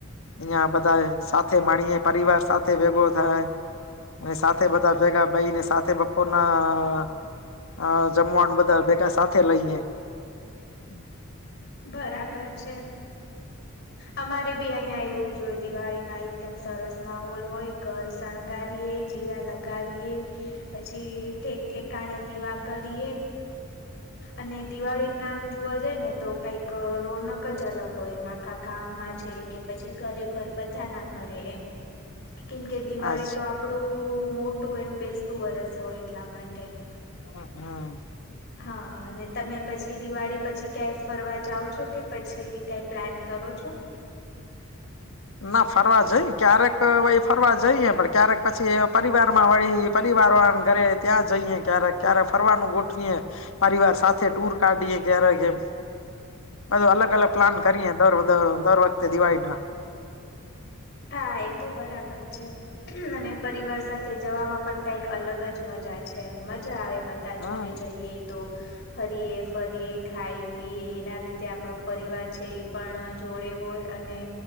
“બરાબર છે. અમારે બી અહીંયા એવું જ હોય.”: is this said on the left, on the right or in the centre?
Left